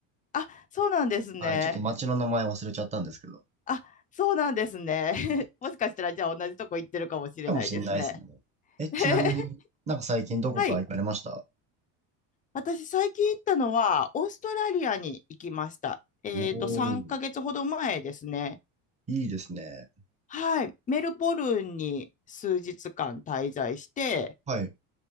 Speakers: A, on the left (about 20°); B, on the right (about 15°).
A: あ、そうなんですね。
B: はい。ちょっと街の名前忘れちゃったんですけど。
A: あ、そうなんですね。<laughs>
B: はい
A: もしかしたら、じゃあ同じとこ行ってるかもしれないですね。
B: かもしれないですね。え、ちなみになんか最近どこか行かれました
A: <laughs> はい。私、最近行ったのは、オーストラリアに行きました。えっと、
B: おおー。
A: 3ヶ月ほど前ですね。
B: いいですね。
A: はい。メルボルンに数日間滞在して、
B: はい。